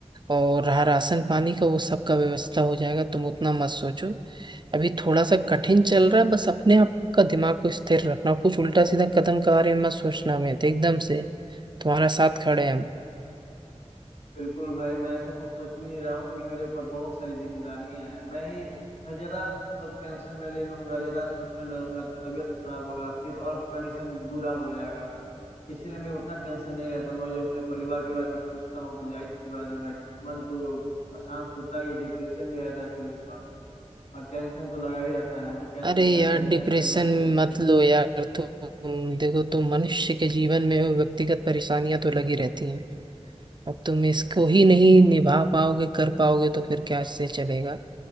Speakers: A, on the right; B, on the left.
A: और रहा राशन पानी का वो सबका व्यवस्था हो जाएगा तुम उतना मत सोचो अभी थोड़ा सा कठिन चल रहा है बस अपने आप का दिमाग को स्थिर रखना कुछ उल्टा सीधा कदम के बारे में मत सोचना हमें तो एकदम से तुम्हारा साथ खड़े हैं हम
B: बिल्कुल भाई मैं ऐसा कुछ सोच भी नहीं रहा हूँ क्योंकि मेरे ऊपर बहुत सारी जिम्मेदारियां हैं मैं ही मैं ज्यादा मतलब टेंशन में ले लूंगा ज्यादा सोचने लगूंगा तो तबीयत खराब होगा फिर और कंडीशन बुरा हो जाएगा इसीलिए मैं उतना टेंशन नहीं रहता मैं जब अपने परिवार के बारे में सोचता हूँ तो जाहिर सी बात है भाई मन तो अशांत होता ही है डिप्रेशन भी आता है कभी कभार और टेंशन तो लगा ही रहता है कि कैसे
A: अरे
B: क्या
A: यार
B: करे
A: डिप्रेशन
B: कैसे मैनेज करे
A: मत लो यार तुम देखो तुम मनुष्य के जीवन में हो व्यक्तिगत परेशानियां तो लगी रहती हैं अब तुम इसको ही नहीं निभा पाओगे कर पाओगे तो फिर क्या से चलेगा